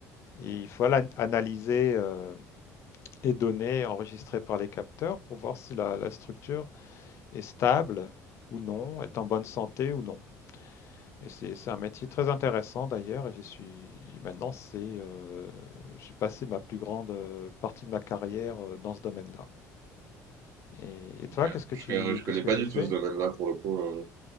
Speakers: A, on the left (about 45°); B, on the right (about 55°).
A: Et il faut ala- analyser euh, les données enregistrées par les capteurs pour voir si la, la structure est stable ou non, est en bonne santé ou non. Et c'est c'est un métier très intéressant d'ailleurs. Et je suis maintenant, c'est euh, j'ai passé ma plus grande euh, partie de ma carrière euh, dans ce domaine-là. Et, et toi,
B: Ok.
A: qu'est-ce que
B: Je,
A: tu
B: ne connais
A: qu'est-ce que
B: pas
A: tu
B: du
A: fais?
B: tout ce domaine-là pour le coup. euh.